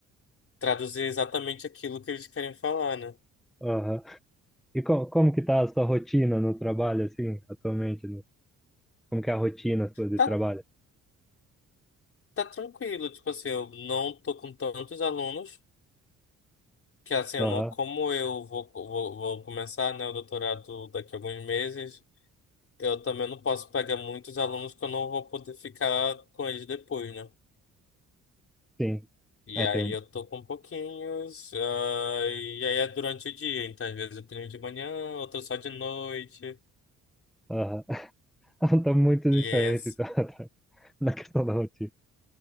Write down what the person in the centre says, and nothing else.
Aham. E co como que tá a sua rotina no trabalho, assim, atualmente? no- Como que é a rotina sua de
trabalho?
Aham,
sim.
É,
tem um.
Aham. <laughs> Tá muito
diferente então, <laughs> na questão da rotina.